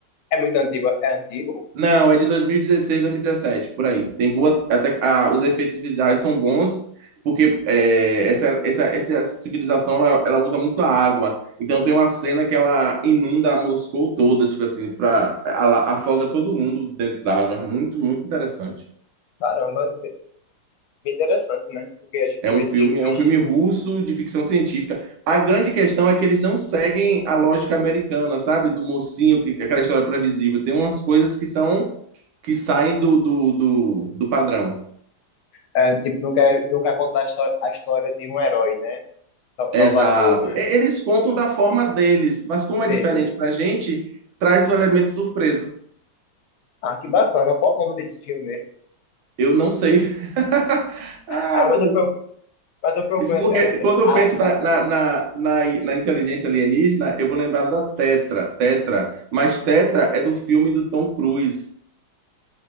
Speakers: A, on the left; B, on the right.
A: é muito antigo? É antigo?
B: Não, é de 2016, 2017 por aí. Tem boa. Até, ah, os efeitos visuais são bons, porque é, essa, essa, essa civilização ela, ela usa muito a água. Então tem uma cena que ela inunda Moscou toda, tipo assim, pra, ela afoga todo mundo dentro da água. Muito, muito interessante.
A: Caramba, bem bem interessante, né? Porque a gente
B: É um
A: vê
B: filme,
A: esses filmes
B: é um filme russo de ficção científica. A grande questão é que eles não seguem a lógica americana, sabe? Do mocinho, que que aquela história é previsível. Tem umas coisas que são que saem do, do, do, do padrão.
A: É, tipo, não quer, não quer contar a histó- a história de um herói, né? Sal-
B: Exato.
A: Salvador, né?
B: E- Eles contam da forma deles, mas como
A: Dele.
B: é diferente pra gente, traz o elemento surpresa.
A: Ah, que bacana. Qual o nome desse filme mesmo?
B: Eu não sei. <laughs> Ai,
A: Ah,
B: meu
A: mas
B: Deus.
A: eu procuro, mas eu procuro
B: Isso
A: na
B: porque
A: internet.
B: quando eu
A: Ah,
B: penso
A: sinopse.
B: na, na, na, na, na inteligência alienígena, eu vou lembrar da Tetra, Tetra. Mas Tetra é do filme do Tom Cruise.